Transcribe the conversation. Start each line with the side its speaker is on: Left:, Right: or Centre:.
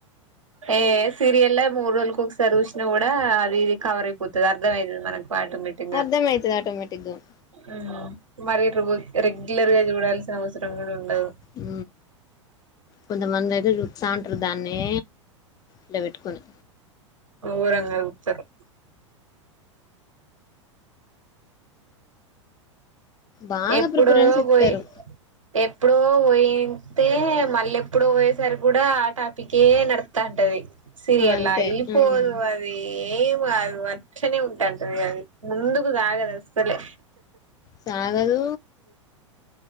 Right: ఏ సిరి ఎల్లె మూడు రోజులకు ఒకసారి చూస్ కూడా అది ఇది కవర్ అయిపోతది అర్థం అవుతుంది మనకు వాటుమిటుంగా
Left: అర్థమయితది ఆటోమేటిక్గా
Right: ఉ మరి ర రెగ్యులర్గా చూడాల్సిన అవసరం కూడా ఉండదు
Left: ఉ కొంతమంది అయితే చుట్స ఉంటారు దాన్నే ఇలా పెట్టుకుని
Right: ఊరంగలుపుతరు
Left: బాగా
Right: ఎప్పుడో
Left: ప్రిఫరెన్స్ ఇస్తారు
Right: పోయి ఎప్పుడో పోయింటే మళ్ళీ ఎప్పుడో పోయేసారి కూడా టాపికే నడుతంటది సిరి ఎల్ల
Left: అంతే
Right: ఈ పోను
Left: ఉమ్
Right: అది అది ఏం అది మచ్చనే ఉంటాంటది అది ముందుకు సాగదు అసలే
Left: సాగదు